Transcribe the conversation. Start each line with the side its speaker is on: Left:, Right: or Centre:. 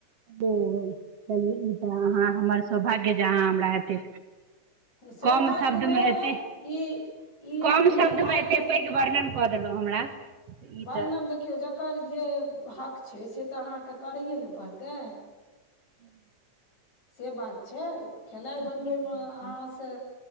Right: ह चलू ई तऽ अहाँ हमर सौभाग्य जे अहाँ हमरा हेतै
Left: सौभाग्य
Right: कम शब्दमे
Left: नहि
Right: एतै
Left: हइ ई ई
Right: कम
Left: ई
Right: शब्दमे
Left: आइके
Right: एतै पैघ वर्णन कऽ देलहू हमरा ई
Left: वर्णन
Right: तऽ
Left: देखियौ जकर जे हक छै से तऽ अहाँके करैए न पड़तै
Right: हूँ
Left: से बात छै खेनाइ
Right: अपने
Left: बनबैमे
Right: से बड़ा
Left: अहाँसँ
Right: कम।